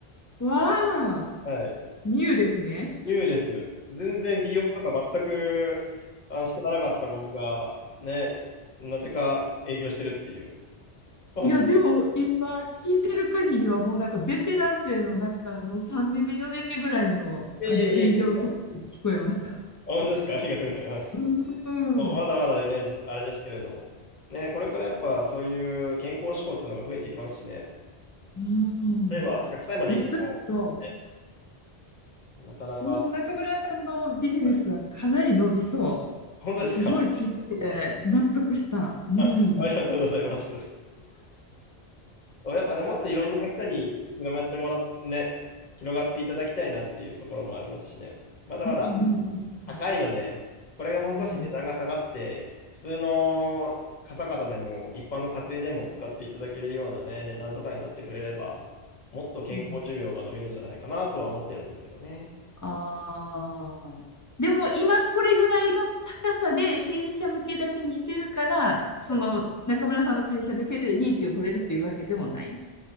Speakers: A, on the left; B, on the left.
A: わあ、
B: はい。
A: ニューですね。
B: ニューです。全然美容とか全く、あの、知らなかった僕が、ね、なぜか営業してるっていう感じだ。
A: いや、でも今聞いてる限りはもうなんかベテラン勢の中の3年目、4年目ぐらいの、
B: いやいやいやいやいや。
A: あの営業トークに聞こえました。
B: 本当ですか <laughs> ありがとうございます。
A: うーん。
B: そうまだまだね、あれですけれども。ね、これからやっぱそういう健康志向っていうのが増えていきますしね。
A: うん。
B: 例えば100歳まで生きても、
A: いや、ちょっと、
B: え、なかなか、
A: その中村さんのビジネスはかなり伸びそ
B: はい本当ですか
A: う。すごい聞いてて納得した。うん。
B: あ、<laughs> ありがとうございます。そうやっぱね、もっといろんな人に広めてもらっね、広がっていただきたいなっていうところもありますしね。まだまだ
A: うんうんうん
B: 高いので、これがもう少し値段が下がって、
A: うん。うん
B: 普通の方々でも、一般の家庭でも使っていただけるようなね、値段とかになってくれれば、もっと健康寿命が伸びるんじゃないかなとは思ってるんですけどね。
A: うん。ああ。でも今これぐらいの高さで経営者向けだけにしてるから、その中村さんの会社だけで利益を取れるっていうわけでもない
B: はい